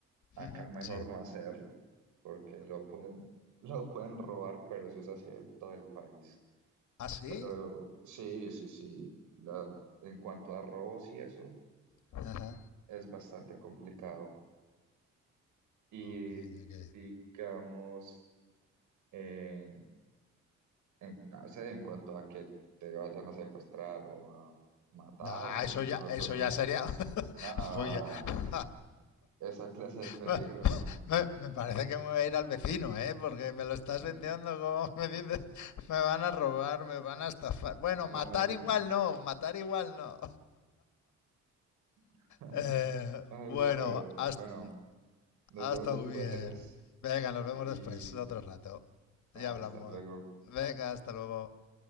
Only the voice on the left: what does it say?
<laughs>
sí.
¿Ah, sí?
Ajá.
Ok, ok.
No,
eso ya,
eso
ya sería. <laughs>
Oye,
<laughs>
Me,
me, parece que me voy a ir al vecino, ¿eh? Porque me lo estás
vendiendo como me dices, me van a robar, me van a estafar. Bueno,
matar
igual no, matar igual no.
Eh,
bueno,
hasta,
hasta
bien. Venga, nos vemos
después, otro rato.
Ya hablamos.
Venga, hasta luego.